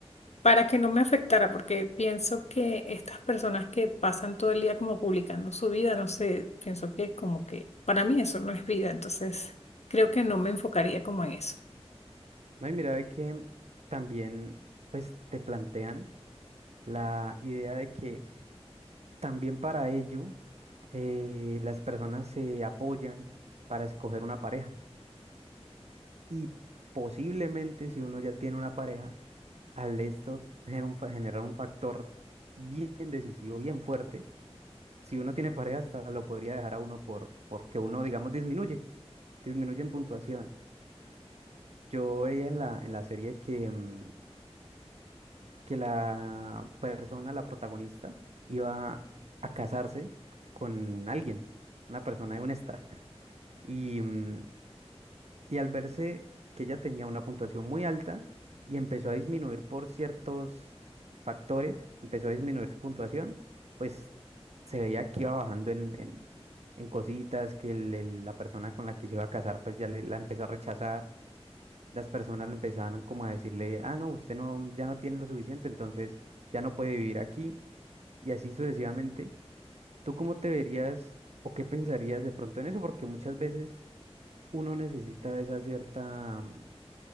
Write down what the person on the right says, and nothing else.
No, y mira, ve que también pues te plantean la idea de que también para ello eh, las personas se apoyan para escoger una pareja. Y posiblemente si uno ya tiene una pareja, al esto tener un fa- generar un factor bien decisivo, bien fuerte si uno tiene pareja, hasta lo podría dejar a uno por, porque uno, digamos, disminuye, disminuye en puntuación. Yo veía en la, en la serie que, mm, que la persona, la protagonista, iba a casarse con alguien, una persona, un extra. <laughs> Y, mm, y al verse que ella tenía una puntuación muy alta y empezó a disminuir por ciertos factores, empezó a disminuir su puntuación, pues se veía que iba bajando en, en- en cositas, que el- el- la persona con la que se iba a casar pues ya le- la empezó a rechazar, las personas le empezaban como a decirle, ah, no, usted no, ya no tiene lo suficiente, entonces ya no puede vivir aquí y así sucesivamente. ¿Tú cómo te verías o qué pensarías de pronto en eso? Porque muchas veces uno necesita esa cierta